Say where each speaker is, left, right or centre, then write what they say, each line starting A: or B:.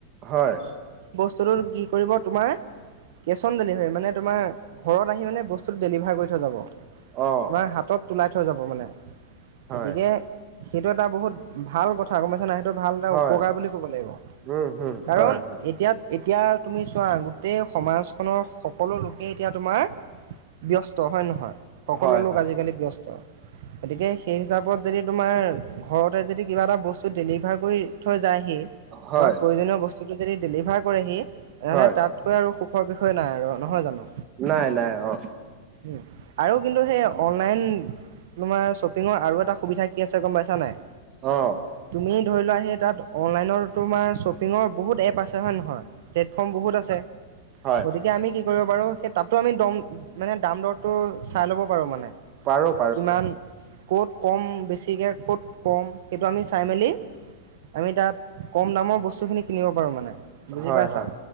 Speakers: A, on the right; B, on the right.
A: হয়
B: টো কি কৰিব তোমাৰ কেছ অন ডেলিভাৰী মানে তোমাৰ ঘৰত আহি মানে বস্তুটো ডেলিভাৰ কৰি থৈ যাব
A: অ
B: তোমাৰ হাতত তোলাই থৈ যাব মানে
A: হয়
B: গতিকে সেইটো এটা বহুত ভাল কথা গম পাইছ নাই ভাল এটা
A: হয়
B: উপকাৰ বুলি ক'ব লাগিব
A: উম হম
B: কাৰণ
A: হয় হয়
B: এতিয়া এতিয়া তুমি চোৱা গোটেই সমাজখনৰ সকলো লোকেই এতিয়া তোমাৰ ব্যস্ত হয় নহয় সকলো
A: হয়
B: লোক
A: হয়
B: আজিকালি ব্যস্ত। গতিকে সেই হিচাপত যদি তোমাৰ ঘৰতে যদি কিবা এটা বস্তু ডেলিভাৰ কৰি থৈ যায় হি
A: হয়
B: তোমাৰ প্ৰয়োজনীয় বস্তুটো যদি ডেলিভাৰ কৰেহি এনেহলে
A: হয়
B: তাতকৈ আৰু সুখৰ বিষয়ে নাই আৰু নহয় জানো
A: নাই নাই অ
B: উম আৰু কিন্তু সেই অনলাইন তোমাৰ শ্বপিঙৰ আৰু এটা সুবিধা কি আছে গম পাইছা নাই
A: অহ
B: তুমি ধৰি লোৱা সেই তাত অনলাইনৰ তোমাৰ শ্বপিঙৰ বহুত এপ আছে হয় নহয় প্লেটফৰ্ম বহুত আছে
A: হয়
B: গতিকে আমি কি কৰিব পাৰো সেই তাতো আমি দম মানে দাম দৰটো চাই ল'ব পাৰো মানে
A: বাৰু
B: কিমান ক'ত কম বেছিকৈ ক'ত কম সেইটো আমি চাই মেলি আমি তাত কম দামৰ বস্তুখিনি কিনিব পাৰো মানে বুজি
A: হয়
B: পাইছা
A: হয়